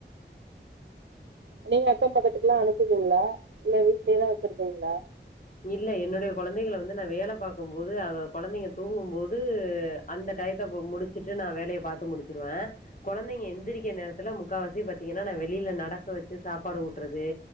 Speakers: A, on the right; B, on the left.
A: நீங்க அக்கம் பக்கத்துக்குலா அனுப்புவீங்ளா இல்ல வீட்லேதா வச்சிருப்பீங்ளா
B: இல்ல என்னுடைய குழந்தைங்கள வந்து நான் வேலை பாக்கும்போது அவ கொழந்தைங்க தூங்கும்போது அந்த டையத்தப்ப முடிச்சுட்டு நான் வேலைய பாத்து முடிச்சுருவ கொழந்தைங்க எந்திரிக்கிற நேரத்துல முக்காவாசி பாத்தீங்னா நான் வெளில நடக்க வச்சு சாப்பாடு ஊட்றது